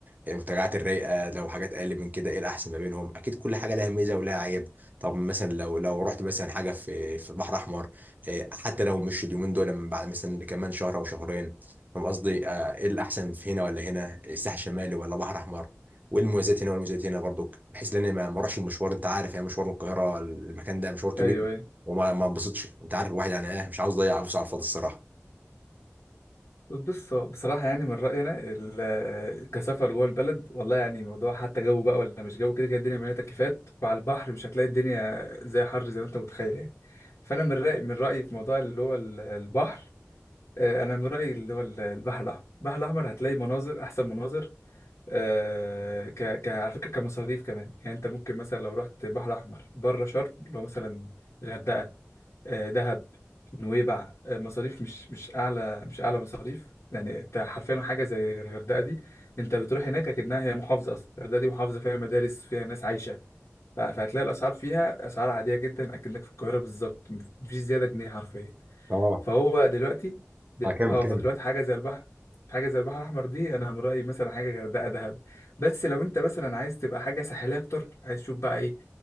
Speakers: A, on the right (about 35°); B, on the left (about 70°).
A: المنتجعات الرايقه لو حاجات اقل من كده ايه الاحسن ما بينهم اكيد كل حاجه لها ميزه ولها عيب طب مثلا لو لو رحت مثلا حاجه في في البحر الاحمر إيه، حتى لو مش اليومين دول لما بعد مثلا كمان شهر او شهرين فاهم قصدي آه، ايه الاحسن في هنا ولا هنا الساحل الشمالي ولا بحر احمر وايه المميزات هنا والمميزات هنا برضو بحيث ان انا ما ما اروحش المشوار انت عارف يعني مشوار من القاهره المكان ده مشوار كبير
B: ايوه ايوه
A: وما ما انبسطش انت عارف الواحد يعني ايه مش عاوز اضيع فلوس على الفاضي الصراحه
B: بص هو بصراحه يعني من رايي انا ال- كسفر جوه البلد والله يعني موضوع حتى جو بقى ولا مش جو كده كده الدنيا مليانه تكييفات وعلى البحر مش هتلاقي الدنيا زي حر زي ما انت متخيل يعني فانا من رايي من رايي في موضوع اللي هو ال- البحر آه، انا من رايي اللي هو ال- البحر الاحمر البحر الاحمر هتلاقي مناظر احسن مناظر آه، ك ك على فكره كمصاريف كمان يعني انت ممكن مثلا لو رحت بحر احمر بره شرم اللي هو مثلا غردقه آه، دهب نويبع آه، مصاريف مش مش اعلى مش اعلى مصاريف يعني انت حرفيا حاجه زي الغردقه دي انت بتروح هناك اكنها هي محافظه اصلا الغردقه دي محافظه فيها مدارس فيها ناس عايشه ف- فهتلاقي الاسعار فيها اسعار عاديه جدا اكنك في القاهره بالظبط مفيش زياده جنيه حرفيا
A: اه
B: فهو دلوقتي دل...
A: اه كمل
B: اه
A: كمل
B: فدلوقتي حاجه زي البحر حاجه زي البحر الاحمر دي انا من رايي مثلا حاجه غردقه دهب بس لو انت مثلا عايز تبقى حاجه ساحليه اكتر عايز تشوف بقى ايه